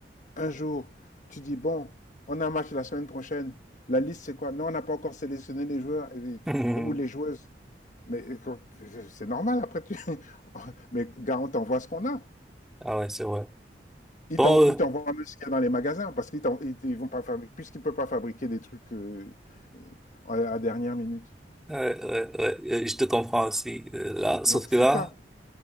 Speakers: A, on the left; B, in the centre.
A: un jour, tu dis, bon, on a un match la semaine prochaine. La liste, c'est quoi? Non, on n'a pas encore sélectionné les joueurs et-
B: <laughs>
A: ou les joueuses. Mais quand- c'est normal, après, tu... <laughs> Mais gars, on t'envoie ce qu'on a.
B: Ah ouais, c'est vrai.
A: Ils
B: Bon,
A: t'en- ils
B: euh,
A: t'envoient même ce qu'il y a dans les magasins parce qu'ils t'en- ils, ils vont pas fabriquer, puisqu'ils ne peuvent pas fabriquer des trucs euh, à la dernière minute.
B: Ouais, ouais, ouais, euh, je te comprends aussi. euh, là, sauf
A: Donc,
B: que
A: c'est
B: là,
A: ça,